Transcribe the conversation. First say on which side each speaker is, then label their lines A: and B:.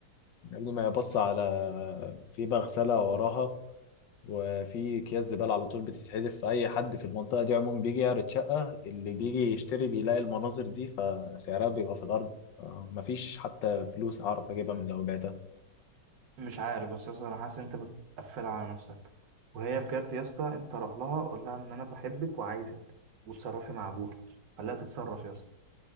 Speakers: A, on the left (about 80°); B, on the right (about 75°).
A: يا ابني ما يبص على في مغسلة وراها وفي اكياس زباله على طول بتتحدف فاي حد في المنطقه دي عموما بيجي يعرض شقه اللي بيجي يشتري بيلاقي المناظر دي فسعرها بيبقى في الارض آه، مفيش حتى فلوس اعرف اجيبها من لو بعتها
B: مش عارف بس يا اسطى انا حاسس ان انت بتقفلها على نفسك وهي بجد يا اسطى انت روح لها قول لها ان انا بحبك وعايزك وتصرفي مع ابوك خليها تتصرف يا اسطى